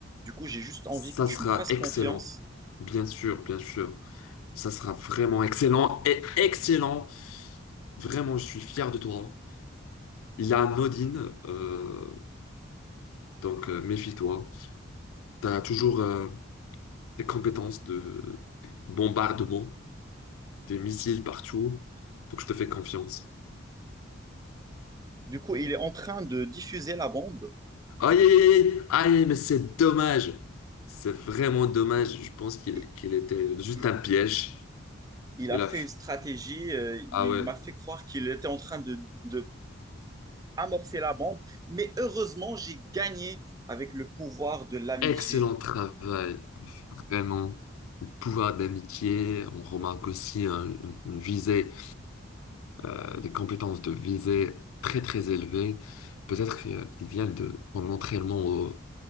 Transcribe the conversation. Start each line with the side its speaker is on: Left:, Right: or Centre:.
Right: Du coup, j'ai juste envie
Left: ça
Right: que tu
Left: sera
Right: me fasses
Left: excellent,
Right: confiance.
Left: bien sûr, bien sûr. Ça sera vraiment excellent et excellent. Vraiment, je suis fier de toi. Il y a un Odin, euh, donc euh, méfie-toi. Tu as toujours euh, des compétences de bombardement, des missiles partout, donc je te fais confiance.
Right: Du coup, il est en train de diffuser la bombe.
Left: Aïe, aïe, aïe, aïe, aïe, mais c'est dommage. C'est vraiment dommage. Je pense qu'il
Right: Il,
Left: qu'il était juste
Right: il-
Left: un piège.
Right: il
Left: Il
Right: a fait
Left: a fait-
Right: une stratégie. euh,
Left: Ah
Right: il
Left: ouais,
Right: m'a fait croire qu'il était en train de, de amorcer la bombe. Mais heureusement, j'ai gagné avec le pouvoir de l'amitié.
Left: excellent travail. Vraiment. Le pouvoir d'amitié. On remarque aussi un- une une visée, euh, des compétences de visée très, très élevées. Peut-être que- qu'ils viennent de mon entraînement au,